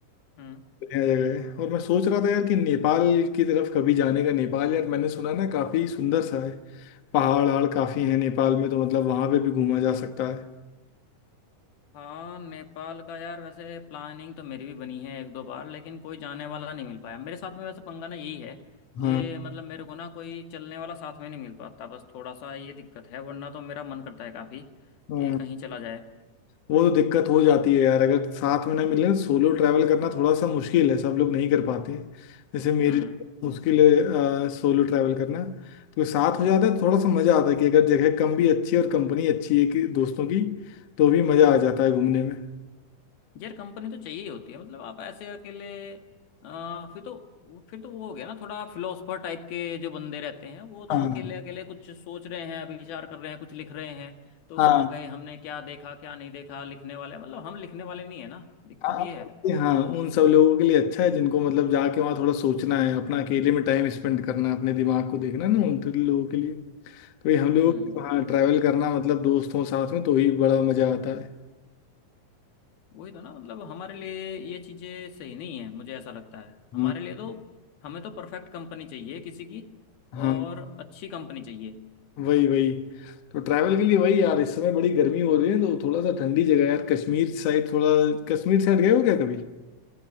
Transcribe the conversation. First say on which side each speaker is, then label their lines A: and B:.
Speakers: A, on the left; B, on the left.
A: हम्म
B: बढ़िया जगह है और मैं सोच रहा था यार कि नेपाल की तरफ कभी जाने का नेपाल यार मैंने सुना ना काफी सुंदर सा है पहाड़ वहाड़ काफ़ी हैं नेपाल में तो मतलब वहाँ पे भी घूमा जा सकता है
A: हाँ नेपाल का यार वैसे प्लानिंग तो मेरी भी बनी है एक दो बार लेकिन कोई जाने वाला नहीं मिल पाया मेरे साथ में वैसे पंगा ना यही है
B: हाँ
A: कि मतलब मेरे को ना कोई चलने वाला साथ में नहीं मिल पाता बस थोड़ा सा ये दिक्कत है वरना तो मेरा मन करता है काफी
B: हाँ,
A: कि कहीं चला जाए
B: वो तो दिक्कत हो जाती है यार अगर साथ में ना मिले तो सोलो ट्रैवल करना थोड़ा सा मुश्किल है सब लोग नहीं कर पाते हैं जैसे मेरे
A: हम्म
B: लिए मुश्किल है सोलो ट्रैवल करना तो साथ हो जाता है तो थोड़ा सा मज़ा आता है कि अगर जगह कम भी अच्छी है और कंपनी अच्छी है कि दोस्तों की तो भी मज़ा आ जाता है घूमने में
A: यार कंपनी तो चाहिए ही होती है मतलब आप ऐसे अकेले आ, फिर तो फिर तो वो हो गया ना थोड़ा फिलोसफर टाइप के जो बंदे रहते हैं वो तो
B: हाँ
A: अकेले अकेले कुछ सोच रहे हैं अभी विचार कर रहे हैं कुछ लिख रहे हैं तो
B: हाँ
A: वहां गए हमने क्या देखा क्या नहीं देखा लिखने वाले मतलब हम लिखने वाले नहीं है ना दिक्कत
B: हाँ
A: ये है
B: ये हाँ उन सब लोगों के लिए अच्छा है जिनको मतलब जाके वहाँ थोड़ा सोचना है अपना अकेले में टाइम स्पेंड करना है अपने दिमाग को देखना है ना उन थोड़े लोगों के लिए तो ये हम लोग
A: हम्म
B: हाँ ट्रैवल करना मतलब दोस्तों साथ में तो ही बड़ा मजा आता है
A: वही तो ना मतलब हमारे लिए ये चीजें सही नहीं है मुझे ऐसा लगता है
B: हाँ
A: हमारे लिए तो हमें तो परफेक्ट कंपनी चाहिए किसी की
B: हाँ
A: और अच्छी कंपनी चाहिए
B: वही वही तो ट्रैवल के लिए वही यार इस समय बड़ी गर्मी हो रही है तो थोड़ा सा ठंडी जगह यार कश्मीर साइड थोड़ा कश्मीर साइड गए हो क्या कभी